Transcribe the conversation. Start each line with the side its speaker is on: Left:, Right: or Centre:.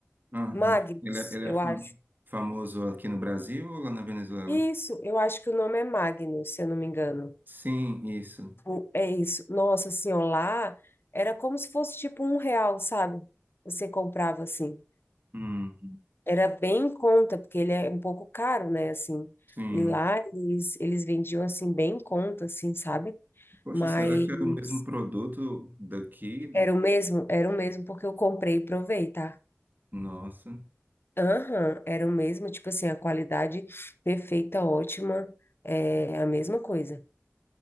Right: uhum.
Left: Magnus,
Right: Ele é, ele
Left: eu
Right: é fam-
Left: acho.
Right: famoso aqui no Brasil ou lá na Venezuela?
Left: Isso, eu acho que o nome é Magnus, se eu não me engano.
Right: Sim, isso.
Left: O- É isso. Nossa senhora, lá era como se fosse tipo um real, sabe? Você comprava assim.
Right: Uhum,
Left: Era bem em conta, porque ele é um pouco caro, né? Assim.
Right: sim.
Left: E lá eles, eles vendiam assim, bem em conta, assim, sabe?
Right: Poxa,
Left: Mas
Right: será que é o mesmo produto daqui?
Left: Era o mesmo? Era o mesmo, porque eu comprei e provei, tá?
Right: Nossa.
Left: Aham, era o mesmo, tipo assim, a qualidade perfeita, ótima, é a mesma coisa.